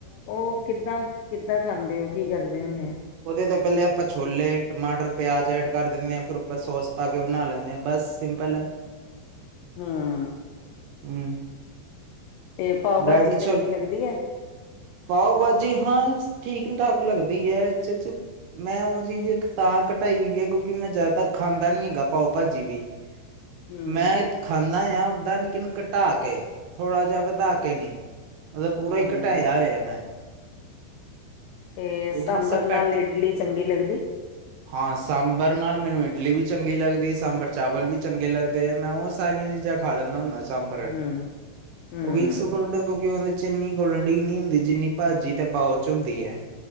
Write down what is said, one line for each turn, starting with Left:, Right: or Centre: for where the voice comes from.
Left: ਓ ਕਿੱਦਾਂ, ਕਿੱਦਾਂ ਖਾਂਦੇ ਓ ਕੀ ਕਰਦੇ ਹੁੰਨੇ ਓ?
Right: ਉਦੇ ਤੋਂ ਪੈਲੇ ਆਪਾਂ ਛੋਲੇ, ਟਮਾਟਰ, ਪਿਆਜ ਐਡ ਕਰ ਦੇਨੇ ਆ, ਫਿਰ ਉਪਰ ਸੋਸ ਪਾ ਕੇ ਬਣਾ ਲੈਂਨੇ ਆ ਬਸ। ਸਿੰਪਲ ਐ।
Left: ਹਮ।
Right: ਹਮ।
Left: ਤੇ, ਪਾਓ-
Right: ਬ੍ਰੈਡ
Left: ਭਾਜੀ ਚੰਗੀ
Right: ਛੋਲ
Left: ਲੱਗਦੀ ਐ?
Right: ਪਾਓ -ਬਾਜੀ, ਹਾਂ ਠੀਕ -ਠਾਕ ਲੱਗਦੀ ਐ। ਅਚਲ ਚ ਮੈਂ, ਓ ਚੀਜ਼ ਇੱਕ ਤਾਂ ਘਟਾਈ ਹੋਈ ਐ ਕਿਉਂਕਿ ਮੈਂ ਜਾਆਦਾਤਰ ਖਾਂਦਾ ਨੀ ਹੈਗਾ, ਪਾਓ ਭਾਜੀ ਵੀ <inaudible>
Left: ਹੂੰ,
Right: ਮੈਂ ਖਾਂਨਾ ਆ ਓਦਾਂ, ਲੇਕਿਨ ਘਟਾ ਕੇ, ਥੋੜ੍ਹਾ ਜੇਹਾ ਵਧਾ ਕੇ ਨੀਂ ਮਤਲਬ, ਪੂਰਾ
Left: ਹੂੰ।
Right: ਈ ਘਟਾਇਆ ਹੋਏਆ ਮੈਂ
Left: ਤੇ
Right: ਕਿਉਂਕਿ
Left: ਸਾਂਬਰ
Right: ਸਫੈਕਟ
Left: ਨਾਲ ਇਡਲੀ ਚੰਗੀ ਲੱਗਦੀ।
Right: <inaudible> ਹਾਂ ਸਾਂਬਰ ਨਾਲ ਮੈਨੂੰ ਇਡਲੀ ਵੀ ਚੰਗੀ ਲੱਗਦੀ। ਸਾਂਬਰ ਚਾਵਲ ਵੀ ਚੰਗੇ ਲੱਗਦੇ ਆ ਮੈਂ ਉਹ ਸਾਰੀਆਂ ਚੀਜ਼ਾਂ ਖਾ ਲੈਨਾ ਹੁੰਨਾ ਸਾਂਬਰ,
Left: ਹੂੰ, ਹੂੰ,
Right: ਓਹ ਵੀ ਇਕਸ ਫੂਡ ਆ ਕਿਉਕਿ ਓਹਦੇ 'ਚ ਚ ਇੰਨੀ ਕੋਲੰਟੀਨ ਨੀ ਹੁੰਦੀ ਜਿੰਨੀ ਭਾਜੀ ਤੇ ਪਾਓ ਚ ਹੁੰਦੀ ਐ।